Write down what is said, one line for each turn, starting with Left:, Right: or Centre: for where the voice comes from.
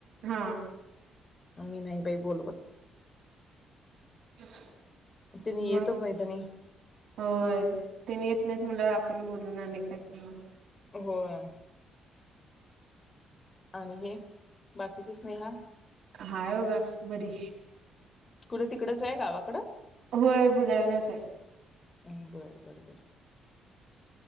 Right: हा
Left: आ मी नाही बाई बोलवत
Right: <inaudible>
Left: त्यांनी
Right: म
Left: येतच नाही त्यांनी
Right: होय त्यांनी येत नाहीत म्हणलं. बोलून अनेक <unintelligible>
Left: होय आणि हे बाकीचे स्नेहा
Right: हाय बगा बरी.
Left: कुड तिकडच हाय गावाकडं
Right: होय बुधायलाच आहे
Left: अम बर बर बर